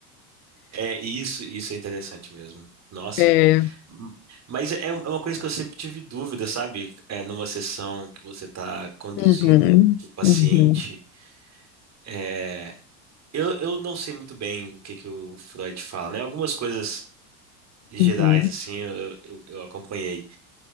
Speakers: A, on the right; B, on the left.
A: É, isso, isso é interessante mesmo. Nossa.
B: É.
A: M- Mas é é uma coisa que eu sempre tive dúvida, sabe? É, numa sessão que você está conduzindo
B: Uhum,
A: o paciente,
B: uhum,
A: é, eu, eu não sei muito bem o que que o Freud fala, né? Algumas coisas gerais,
B: uhum,
A: assim, eu, eu, eu acompanhei.